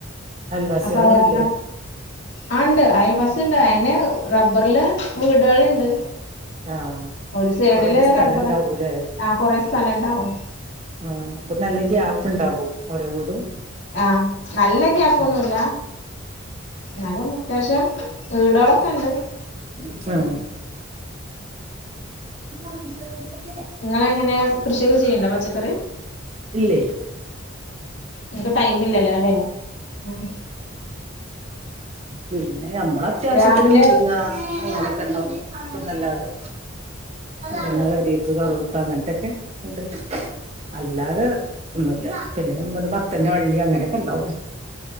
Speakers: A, on the right; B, on the left.
A: അയൽവാസികളൊന്നുല്ലേ
B: അപ്പൊ അതല്ല ആ ഉണ്ട് അയൽ ബസുണ്ട് അയിെ റബ്ബറിലെ വീടുകളുണ്ട്
A: ആഹ്
B: ഒരു സൈഡില്
A: കൊറേ സ്ഥലം
B: റബ്ബറ
A: ഇണ്ടാകൂലേ
B: ആ കൊറ സ്ഥല ഇണ്ടാവും
A: ആഹ അപ്പൊ നല്ല ഗ്യ ആപ്പ് ഉണ്ടാാവും ഒഓര വീടും
B: ആഹ നല്ല ഗ്യയാപ്പ് ഒന്നുമല്ല
A: ആഹ്
B: എന്നാലും അത്യാവശ്യം ഈടോളൊക്കെ ഇണ്ട്
A: അ <unintelligible>
B: നിങ്ങളെങ്ങനെയ കൃഷിയൊക്കെ ചെയ്യണ്ടോ പച്ചക്കറി.
A: ഇല്ലേ
B: എനിക്ക് ടൈം ഇല്ലല്ലോ അല്ലേ ഉം.
A: പി പി ഞമ്മളത്യാവശ്യത്തിന്
B: രാവിലെ
A: മുരിങ്ങ അങ്ങനൊക്കെ ഉണ്ടാവും ഒന്നല്ലാതെ. പിന്നെ കരിയപ്പ് കറുത്ത അങ്ങനത്തൊക്കെ ഉണ്ട് അല്ലാതെ ഒന്നുല്ല പിന്നെ നമ്മ മത്തന്റെ വള്ളി അങ്ങനെയൊക്കെ ഉണ്ടാവും.